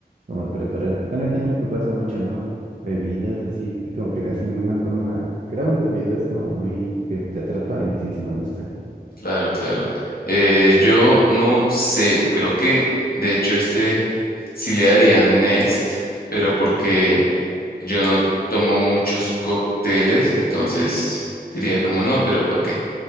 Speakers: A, on the right; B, on the left.
A: como preparar. Bueno, aquí en México pasa mucho, ¿no? Bebidas así, y como que hacen una forma, graban los videos como muy que te atrapa y sí, sí me gusta.
B: Claro, claro. Eh, yo no sé, creo que de hecho este sí le daría next, pero porque yo no tomo muchos cócteles, entonces diría como no, pero ¿para qué?